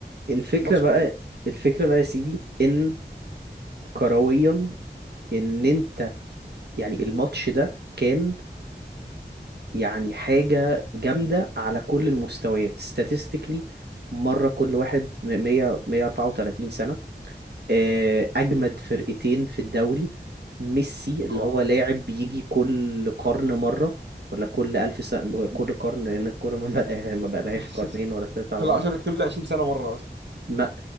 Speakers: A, on the right; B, on the right.
A: الفكرة
B: ماتش
A: بقى
B: تحفه
A: الفكرة بقى يا سيدي ان كرويا ان انت يعني الماتش ده كان يعني حاجة جامدة على كل المستويات statistically مرة كل واحد م- 100 134 سنة آه، أجمد فرقتين في الدوري ميسي اللي
B: طبعا
A: هو لاعب بيجي كل قرن مرة ولا كل ألف سنة كل قرن لأن الكورة ما بقى- ما بقالهاش
B: <laughs>
A: قرنين ولا تلاتة على
B: كل
A: بعض
B: 10 كل 20 سنه مره اصلا
A: ما